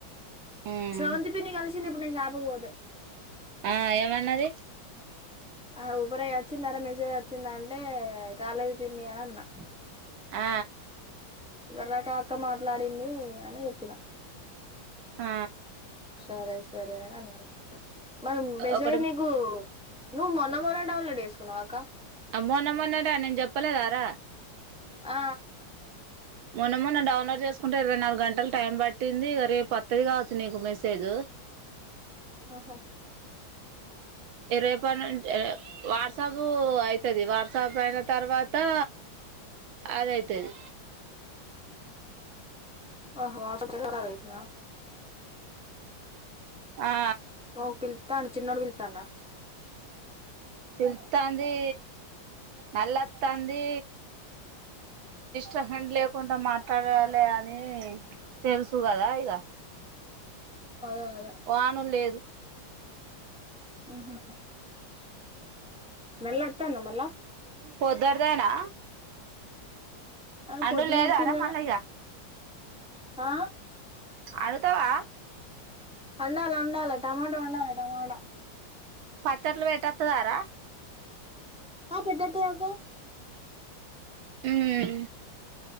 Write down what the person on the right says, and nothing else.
ఉమ్
ఆ ఏమన్నది?
ఆ
ఆ
ఒకటి
ఆమ్ మొన్నమొన్నటా నేన్ చెప్పలేదార
మొన్న మొన్న డౌన్లోడ్ జెసుకుంటే ఇరవై నాల్గంటల్ టైం పట్టింది ఇగ రేపోత్తది కావచ్చు నీకు మెసేజ్
రేపట్నుంచి అ వాట్సాపూ అయితది వాట్సాప్ అయిన తర్వాతా అదైతది
ఆ
పిలుతాంది నల్లోతాంది చోహన్ లేకుంట మాట్లాడాలే అనీ తెలుసు గదా ఇగ
వానుల్లేదు
పొద్దడ్దీనా
అండుడ్లేదర
మళ్ళ ఇగ
అల్కవా
పచ్చట్లు వెట్టోత్తదార
ఉమ్